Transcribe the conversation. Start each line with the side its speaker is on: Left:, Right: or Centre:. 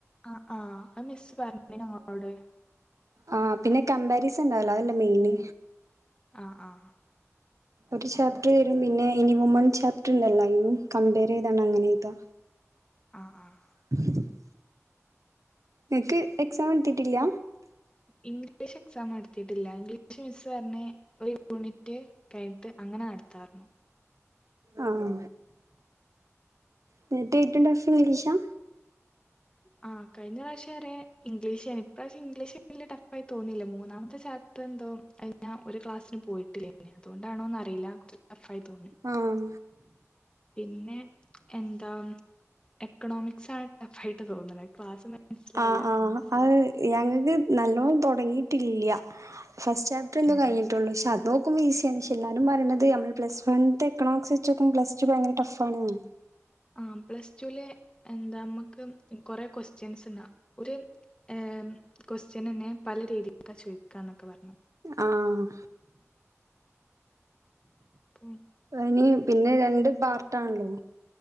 Left: ആ ആ അത് മിസ്സ് പറഞ്ഞീനി ഞങ്ങളോട്.
Right: ആ പിന്നെ കമ്പാരിസൺ ഉണ്ടാവല്ലോ അതല്ലേ മെയിന്.
Left: അ ആഹ്.
Right: ഒരു ചാപ്റ്റർ തരും പിന്നെ ഇനി വുമ ൺ ചാപ്റ്റർ ഉണ്ടല്ലോ ആയിനും കമ്പെ ചെയ്താണ്ട അങ്ങനെയ്താ.
Left: അ ആ.
Right: <inaudible> നിനക്ക് എക്സാം എത്തീട്ടില്ല.
Left: ഇംഗ്ലീഷ് എക്സാം എടുത്തിട്ടില്ല ഇംഗ്ലീഷ് മിസ്സ് പറഞ്ഞ്. ഒരു യൂണിറ്റ് കഴിഞ്ഞിട്ട് അങ്ങനെ നടത്താർഞ്ഞു.
Right: ആഹ് ന്നട്ട് ഏറ്റവും ടഫ് ഇംഗ്ലീഷാ?
Left: ആഹ് കഴിഞ്ഞ പ്രാവശം വരെ ഇംഗ്ലീഷേ നി ഇപ്രാവശ്യം ഇംഗ്ലീഷ് വലിയ ടഫായി തോന്നില്ല. മൂന്നാമത്തെ ചാപ് ഇപ്പ എന്തോ ഞാൻ ഒരു ക്ലാസ്സിന് പോയിട്ടില്ലേ അതുകൊണ്ടാണോന്ന അറിയില്ല കുറച്ച് ടഫ് ആയി തോന്നി.
Right: ആഹ്
Left: പിന്നെ എന്താ എക്കണോമിക്സ് ആണ് ടഫ് ആയിട്ട് തോന്നുണ ക്ലാസ് മനസ്സിലാവില്ല
Right: ആ ആഹ്
Left: പിന്നെ
Right: അഹ്. ഞങ്ങക്ക് നല്ലോം താെടെങ്ങീട്ടില്ല്യാ ഫസ്റ്റ് ചാപ്റ്റെറെന്തോ
Left: ആ
Right: കഴിഞ്ഞിട്ടാെള്ളൂ
Left: ആ
Right: പക്ഷേ അതോ ക്കുമ്പം ഈസ്യാണ് ഷെ എല്ലാരും പറയ്ണത് നമ്മള് പ്ലസ്‌വൺത്തെ എക്കണോമിക്സെച്ചാേക്കുമ്പം പ്ലസ്റ്റു ഭയങ്കര ടഫാണ്ന്ന്
Left: ആഹ് പ്ലസ്റ്റൂല് എന്താ മ്മക്ക് കൊറേ കൊസ്റ്റ്യെൻസ്ണ്ടാവും ഒര് ഏം കൊസ്റ്റ്യനെന്നെ പല രീതിക്കാ ചോയ്ക്കാന്നൊക്കെ പർഞ്ഞു
Right: ആഹ്
Left: അപ്പം
Right: എനി പിന്നെ രണ്ട് പാർട്ടാണ്ല്ലോ